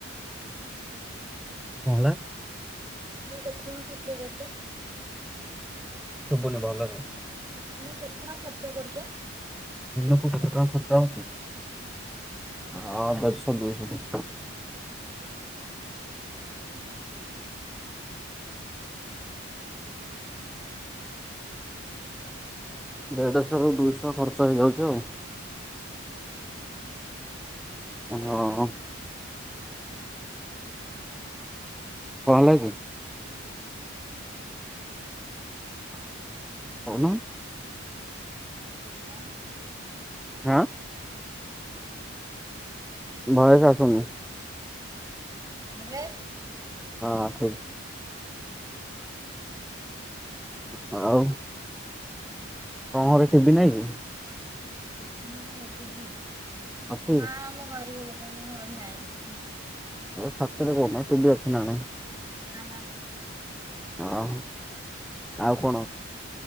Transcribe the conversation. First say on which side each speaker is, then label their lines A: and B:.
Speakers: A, in the centre; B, on the right.
A: କଣ ହେଲା?
B: ଦିନକୁ କେତେ ଟଙ୍କା ଖର୍ଚ୍ଚ କରୁଛ?
A: ଶୁବୁନି ଭଲକି।
B: ଦିନକୁ କେତେ ଟଙ୍କା ଖର୍ଚ୍ଚ କରୁଛ?
A: ଦିନକୁ କେତେ ଟଙ୍କା ଖର୍ଚ୍ଚ ହୋଉଛି?
B: ହଁ।
A: ହଁ ଦେଢ଼ଶହ ଦୁଇ ଶହ ଦେଢଶହ ରୁ ଦୁଇଶହ ଖର୍ଚ୍ଚ ହେଇଯାଉଛି ଆଉ
B: ହୁଁ।
A: ହଁ ଅ। କଣ ହେଲାକି?
B: ନା ମ
A: କହୁନ?
B: ଆଁ। <unintelligible>
A: ଆଁ। ଭୟସ ଆସୁନି।
B: ଏ ବେ
A: ହଁ ଠିକ୍ ତ ଆଉ ତମ ଘରେ ଟିଭି ନାଇଁ କି?
B: ମୁଁ ଏଠି ବିି
A: ଅଛି
B: ନା ଆମେ ଗରିବ ଲୋକ ଘର ନାହିଁ ଟିଭି।
A: ସାତରେ ମୁ ଭି ଟଟିଭି ଅ ଛି ନା ନଈ?
B: ନା ନା।
A: ଆ ଆଉ କଣ ଅଛି?